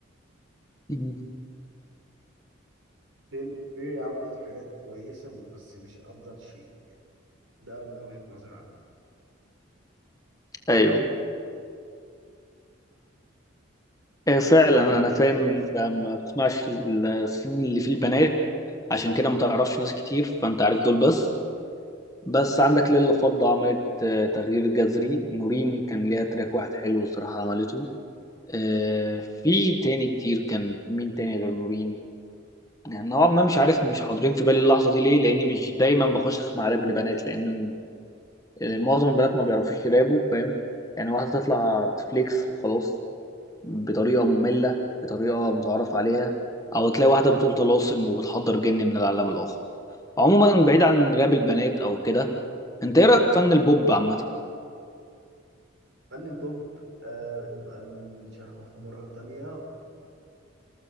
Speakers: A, on the left; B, on the right.
A: مم.
B: بيم- بيري عملت حاجات كويسة بس مش افضل شيء يعني ده من وجهة نظري انا
A: ايوه إيه فعلا انا فاهم انت ما بتسمعش السنين اللي فيه البنات عشان كده ما تعرفش ناس كتير فانت عارف دول بس بس عندك ليلة فضة عملت آه، تغيير جذري نورين كان ليها تراك واحد حلو الصراحة عملته آه، في تاني كتير كان مين تاني غير نورين يعني نوعا ما مش عارف مش حاضرين في بالي اللحظة دي ليه لاني مش دايما بخش اسمع راب لبنات لان م- آه، معظم البنات ما بيعرفوش يرابوا فاهم يعني واحدة تطلع تفليكس وخلاص بطريقه ممله بطريقه متعارف عليها او تلاقي واحده بتقول طلاسم وبتحضر جن من العالم الاخر عموما بعيد عن راب البنات او كده انت ايه رايك في فن البوب عامه
B: فن البوب آه نبقى نشاركه في مرة تانية